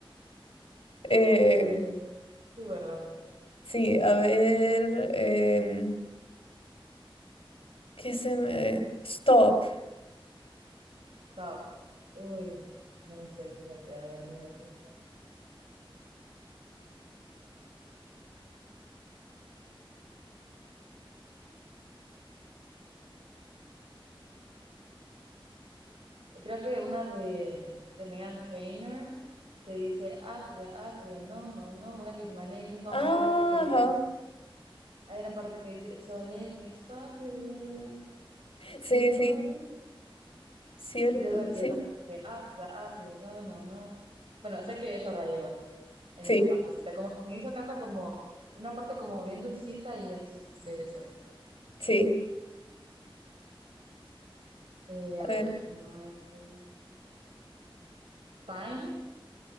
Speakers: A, on the left; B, on the right.
A: Eh,
B: Eh, tú, ¿verdad?
A: Sí, a ver, em, ¿qué se me... Stop.
B: Stop. Uy, no sé, fíjate, a ver, déjame pensar. Creo que una de, de Meghan Trainor que dice, ah, to the- ah, to the- no, no, no. Una que dice, my name is, no.
A: Ah,
B: Hay una parte que dice,
A: ajá.
B: hay una parte que dice, so let me stop you there
A: Sí,
B: before.
A: sí, cierto,
B: Y luego empieza,
A: sí,
B: que, ah, to the- ah, to the- no, no, no. Bueno, sé que esa la lleva en
A: sí,
B: esa partecita. Como que al inicio canta como una parte como bien dulcita y entonces dice eso.
A: sí.
B: Eh, a
A: A ver.
B: ver, déjame. ver. Time.